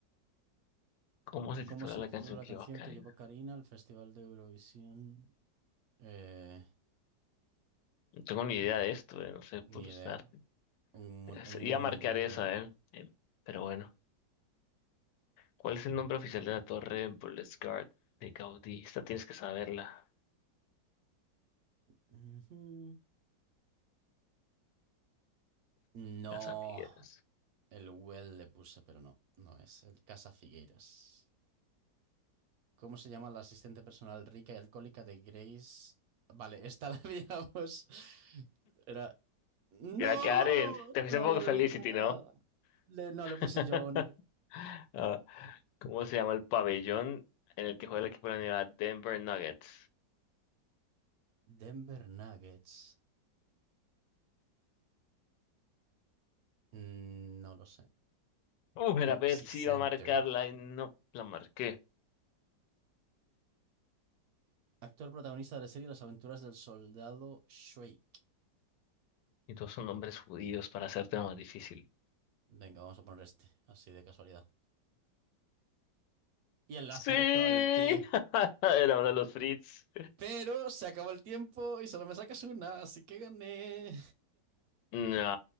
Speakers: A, on the left; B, on the right.
A: ¿Cómo se titula
B: ¿Cómo se
A: la
B: titula
A: canción
B: la
A: que
B: canción
A: lleva Karina?
B: que llevó Karina al Festival de Eurovisión? Eh,
A: No tengo ni idea de esto, eh, No sé pulsar.
B: ni idea. Un mun-
A: Es-
B: en un
A: Iba a marcar
B: mundo nuevo.
A: esa, ¿eh? Em, Pero bueno. ¿Cuál es el nombre oficial de la torre Burles Gard de Gaudí? Esta tienes que saberla.
B: Ujú. No,
A: Casa Figueres.
B: el Well le puse, pero no, no es el Casa Figueiras. ¿Cómo se llama la asistente personal rica y alcohólica de Grace? Vale, esta la <laughs> habíamos. Era. ¡No!
A: Era quedar en, te
B: Se
A: fuiste
B: me había
A: por
B: olvidado.
A: Felicity, ¿no?
B: Le- no,
A: <laughs>
B: le puse Johnny.
A: Ah, ¿Cómo se llama el pabellón en el que juega el equipo de la Universidad Denver Nuggets?
B: Denver Nuggets. Mm, No lo sé.
A: Uh,
B: Pepsi
A: era Pepsi,
B: Center.
A: iba a marcarla y no la marqué.
B: Actor protagonista de la serie Las aventuras del soldado Shake.
A: Y todos son nombres judíos para hacerte más difícil.
B: Venga, vamos a poner este, así de casualidad. Y él la
A: ¡Sí!
B: acertó el tío.
A: <laughs> Era uno de los Fritz.
B: Pero se acabó el tiempo y solo me sacas una, así que gané.
A: No,